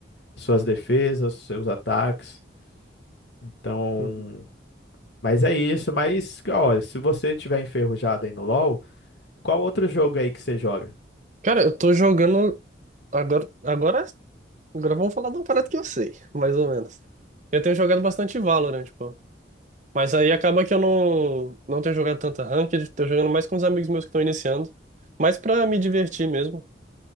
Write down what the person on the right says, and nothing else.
Uhum.
Cara, eu tô jogando agora, agora, agora vamos falar de um parada que eu sei, mais ou menos. Eu tenho jogado bastante Valorant, pô. Mas aí acaba que eu não, não tenho jogado tanta ranked, tô jogando mais com os amigos meus que estão iniciando, mais pra me divertir mesmo.